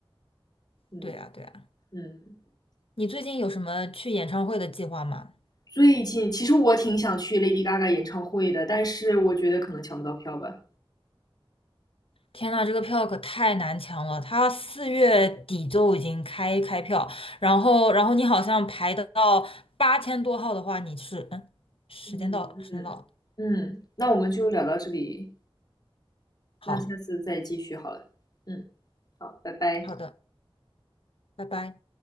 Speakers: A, on the left; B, on the left.
A: 嗯
B: 对啊，对啊。
A: 嗯。
B: 你最近有什么去演唱会的计划吗？
A: 最近其实我挺想去 Lady Gaga 演唱会的，但是我觉得可能抢不到票吧。
B: 天呐，这个票可太难抢了，它四月底就已经开开票，然后然后你好像排得到八千多号的话，你是嗯，时间到了，
A: 嗯嗯，
B: 时间到了，
A: 嗯嗯，那我们就聊到这里，那下次再继续好了。
B: 好
A: 嗯，好，拜拜。
B: 好的，拜拜。